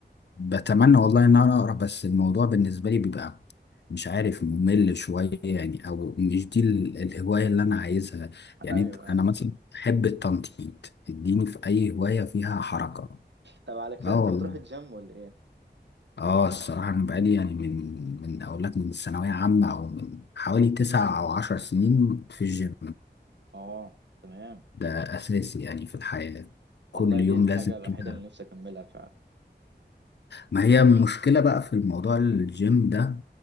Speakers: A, on the left (about 75°); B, on the right (about 80°).
A: بتمنى والله ان انا اقرا بس الموضوع بالنسبة لي بيبقى مش عارف ممل شوية يعني او مش دي ال- الهواية اللي انا عايزها
B: <laughs>
A: يعني
B: أيوه
A: انت- انا مثلا احب التنطيط اديني في اي هواية فيها حركة
B: طب على كده
A: اه
B: أنت
A: والله
B: بتروح الجيم ولا إيه؟
A: اه الصراحة أنا بقالي يعني من من أقول لك من الثانوية عامة أو من حوالي تسع أو عشر سنين في الجيم
B: آه تمام
A: ده أساسي يعني في الحياة كل
B: والله
A: يوم
B: دي الحاجة
A: لازم
B: الوحيدة
A: كده
B: اللي نفسي أكملها فعلا
A: ما هي المشكلة بقى في الموضوع الجيم ده